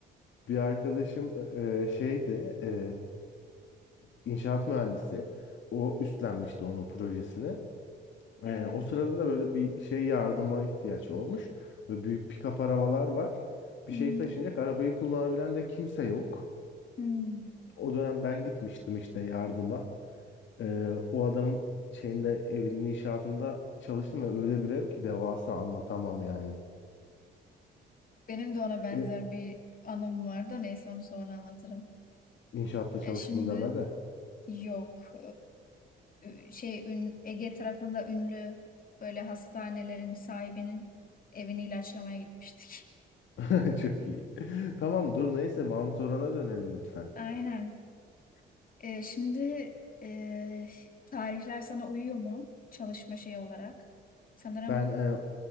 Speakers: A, on the left; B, on the left.
A: Bir arkadaşım e, e, şeydi e, inşaat mühendisi. O üstlenmişti onun projesini. E,
B: Evet.
A: o sırada da böyle bir şey yardıma ihtiyaç olmuş. Ve büyük pick-up arabalar var. Bir
B: Hı
A: şey
B: hı.
A: taşınacak arabayı kullanabilen de kimse yok.
B: Hmm.
A: O dönem ben gitmiştim işte yardıma. E, o adamın şeyinde evinin inşaatında çalıştım ve öyle bir ev ki devasa anlatamam yani.
B: Benim de ona benzer
A: E,
B: bir anım var da neyse onu sonra anlatırım.
A: inşaatta çalıştım
B: E şimdi
A: deme de.
B: Yok. Ee, şey ün, Ege tarafında ünlü böyle hastanelerin sahibinin evini ilaçlamaya gitmiştik.
A: <laughs> Çok iyi. <laughs> Tamam dur neyse Mahmut Orhan'a dönelim lütfen.
B: <laughs> Aynen. Ee, şimdi e, tarihler sana uyuyor mu çalışma şeyi olarak? Sanırım
A: Ben e,